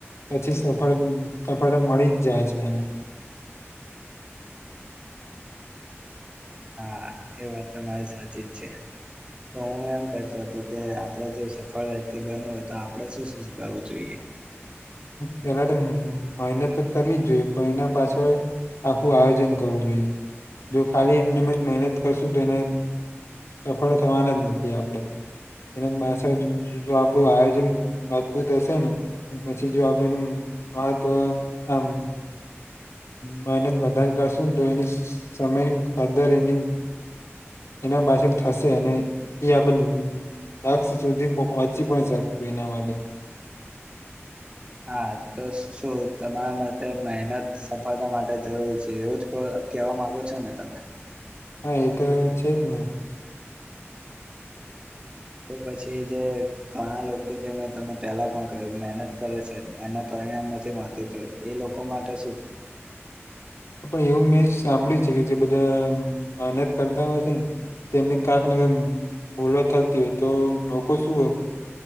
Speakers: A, on the left; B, on the right.
A: હ પછી સફળ સફળ મળી જ જાય છે, એને
B: હા એ વાત તમા મારી સાચી જ છે. તો હું એમ કતો હતો કે આપણેે જો સફળ વ્યક્તિ બનવ હોય. તો આપડે શું શું કરવું જોઈએ.
A: પેલા તો મહેનત કરવી જ જોઈએ પણ એના પાછળ આખું આયોજન કરવુ જોઈએ. જો ખાલી એમનેજ મહેનત કરશુ તો એને સફળ થવાના જ નથી આપડે એ જો આપડું આયોજન મજબૂત હશે ને પછી જો આપડે નુ મહત્ત્વ એમ મહેનત વધારે કરશ ને તો એની સમયની કદર એની એના પાછળ થશે અને એયા પણ લક્ષ સુધી પહોંચી પણ શકુ એના માટે
B: હા, તો શુ તમારા માટે મહેનત સફળતા માટે જરૂરી છે, એવુજ કહેવા માંગો છોને તમે
A: હા, એ તો છેજ ને
B: તો પછી જે ઘણા લોકો જે મે તને પહેલા પણ મહેનત કરે છે, એના પરિણામ નથી મળતુ તો એ લોકો માટે શુ
A: પણ એવુ મેં સાંભળ્યુ છે, કે જે બધા મહેનત કરતા હોય, છેને. તેમની કાક ને ક ભોલો થતી હોય તો લોકો શું હોય.